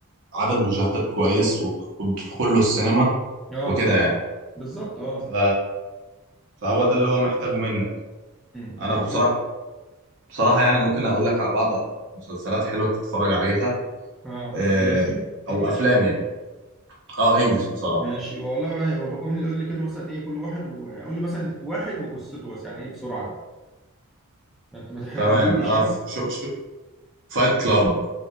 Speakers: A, on the right (about 55°); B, in the centre.
A: عدد مشاهدات كويس وت- وتدخل له السينما
B: اه
A: وكده يعني
B: بالظبط اه
A: ف... فهو ده اللي هو محتاجه منك يعني.
B: امم
A: أنا
B: بس
A: بصراحة
B: إيه؟
A: بصراحة يعني ممكن أقول لك على بعض مسلسلات حلوة تتفرج عليها
B: اه
A: آه،
B: انجليزي
A: او
B: انجلش
A: افلام يعني اه انجلش بصراحه
B: ماشي والله بقى قوم لي- قول لي كده مثلا ايه كل واحد و... يعني قول لي مثلا واحد وقصته بس يعني ايه بسرعه كده ما ت- ما تحرقهوليش
A: تمام انا
B: ها
A: في شو شو فايت كلاب